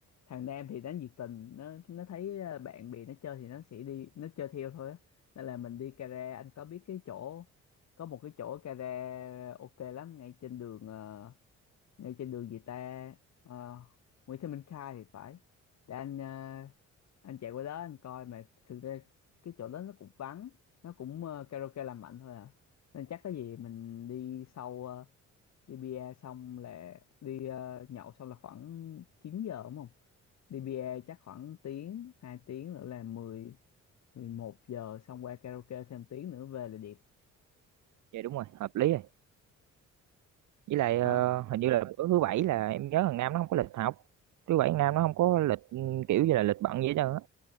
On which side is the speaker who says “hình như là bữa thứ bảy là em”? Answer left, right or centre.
Right